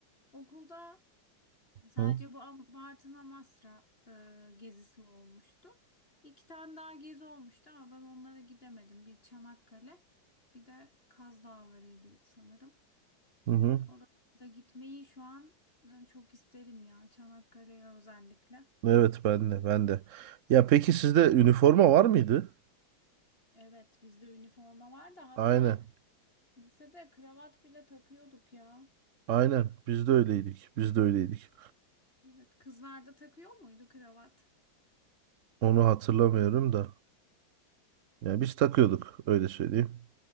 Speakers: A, on the left; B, on the right.
A: Okulda Sadece
B: Hı
A: bu Am- Bartın Amasra e, gezisi olmuştu. İki tane daha gezi olmuştu ama ben onlara gidemedim. Bir Çanakkale, bir de Kaz Dağları'ydı sanırım.
B: hı.
A: Ama
B: hı.
A: oralarda gitmeyi şu an e, çok isterim ya Çanakkale'ye özellikle.
B: Evet ben de ben de. Ya peki sizde üniforma var mıydı?
A: Evet bizde üniforma vardı hatta
B: Aynen.
A: lisede kravat bile takıyorduk ya.
B: Aynen. Biz de öyleydik. Biz de öyleydik.
A: Evet kızlarda takıyor muydu kravat?
B: Onu hatırlamıyorum da. Yani biz takıyorduk öyle söyleyeyim.